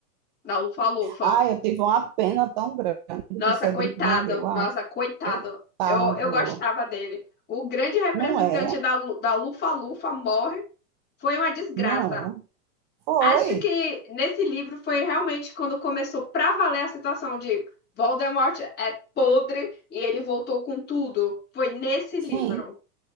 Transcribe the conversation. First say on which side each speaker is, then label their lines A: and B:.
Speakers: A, on the left; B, on the right.
A: da Lufa-Lufa.
B: Ai, eu tive uma pena tão grande
A: Nossa,
B: que o Cedrico
A: coitado,
B: morreu. Ah,
A: nossa, coitado.
B: coitado.
A: Eu, eu gostava dele. O grande representante
B: Não é,
A: da, Lu- da Lufa-Lufa morre. Foi uma desgraça.
B: não é. Foi,
A: Acho que nesse livro foi realmente quando começou pra valer a situação de Voldemort é podre e ele voltou com tudo. Foi nesse
B: sim.
A: livro.